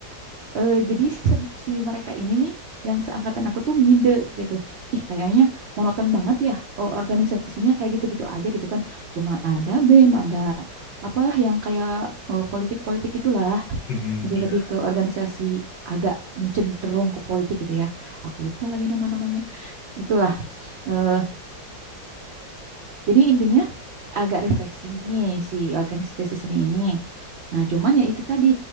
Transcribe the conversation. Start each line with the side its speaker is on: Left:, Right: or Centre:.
Right: Eh, jadi se- si mereka ini nih yang seangkatan aku tuh ngide gitu. Ih kayaknya monoton banget ya eh, organisasinya kayak gitu-gitu aja gitu kan. Cuma ada BEM, ada apalah yang kayak eh, politik-politik itulah.
Left: hmm, hmm,
Right: Jadi
Left: iya.
Right: lebih ke organisasi agak mencenderung ke politik gitu ya. Aku lupa lagi nama-namanya. Itulah. eh, jadi intinya agak refreshing nih si organisasi seni ini. Nah, cuman ya itu tadi